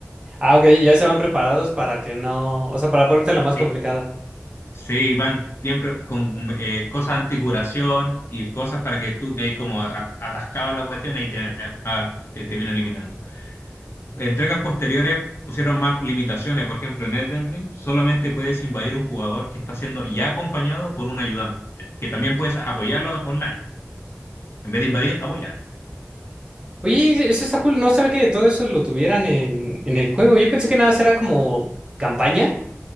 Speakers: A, on the right; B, on the left.
A: Ah, ok, ya se van preparados para que no, o sea, para ponerte la más complicada.
B: Sí, sí, van siempre con eh, cosas anticuración y cosas para que tú que hay como atra- atascado en la cuestión, ahí te, ah, te termina eliminando. entregas posteriores pusieron más limitaciones. Por ejemplo, en Elden Ring solamente puedes invadir un jugador que está siendo ya acompañado por un ayudante, que también puedes apoyarlo online. En vez de invadir, apoyar.
A: Oye, eso está cool, no sabía que todo eso lo tuvieran en, en el juego. Yo pensé que nada, era como campaña